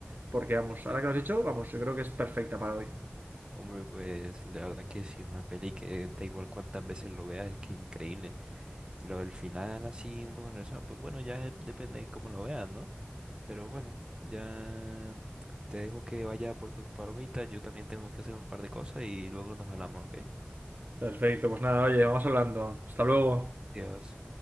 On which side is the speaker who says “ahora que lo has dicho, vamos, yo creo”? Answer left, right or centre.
Right